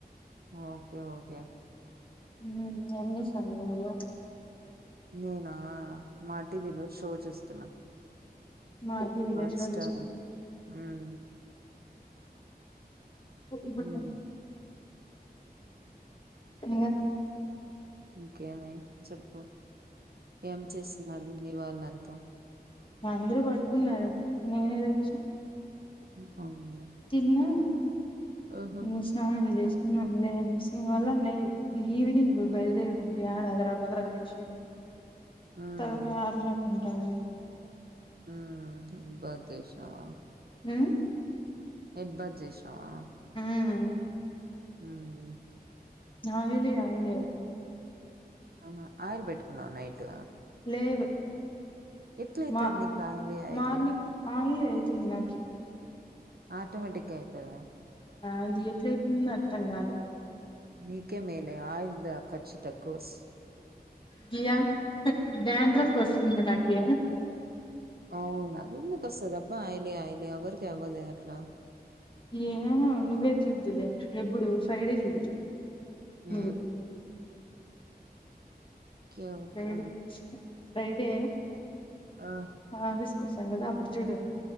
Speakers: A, on the right; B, on the left.
A: ఓక్కే ఓకే
B: ఉమ్ ఎం చేస్తన్నావ్ నువో
A: నేనా మా టీవీలో షో చూస్తున్నా
B: మాకు విలేజ్
A: హాట్
B: లో
A: స్టార్
B: చూస్తాను
A: ఉమ్
B: ఇప్పుడుత
A: ఉమ్
B: ఇగా
A: ఇంకేమి చెప్పు ఏం చేస్తున్నారు మీ వాళ్ళంతా
B: అందరూ పడుకున్నారు నేనే లేశిన
A: <unintelligible>
B: తిన్నా
A: ఆహా
B: ఇగ స్నానం చేస్ దే అనేసి ఇవాళ నై ఈవేనింగ్ బయల్దేరేటప్పుడు యాడ అదరా భదరా చేసేది
A: ఉమ్
B: తలపై ఆరినట్టుంటాది
A: ఉమ్ హెడ్ బాత్ చేసినవ
B: ఉమ్
A: హెడ్ బాత్ జేసినవా
B: ఉమ్
A: ఉమ్
B: నా ఇలియా ఆయిలి అయిపోయి
A: ఆహా ఆయిల్ పెట్టుకున్నావ్ నైట్
B: లేదు
A: ఎట్లయితది
B: మా
A: నీకు ఆయిలే ఆయిలే
B: మార్ని ఆయిలే తిన్నా కి
A: ఆటోమేటిక్ గా అయితదా
B: అదీ ఎట్ల ఐతుందో అర్థం కాదు
A: మీకె మేలే ఆయిల్ ద ఖర్చు తక్కువ వస్త
B: దియా దండ్రఫ్ వస్తుంది నాకే
A: అవునా ఎందుకొస్తది అబ్బా అయిలే ఆయిల్ ఎవరికి అవ్వదే అట్లా
B: ఏమో నువ్వే చూద్దులే ఎప్పుడు ఫ్రైడే చూడు
A: ఆ
B: నువ్వు
A: ఓకే ఓకే
B: ఫ్రైడే ఫ్రైడే
A: ఆ
B: ఆఫీసు కి ఓస్త కదా అపుడు చూడు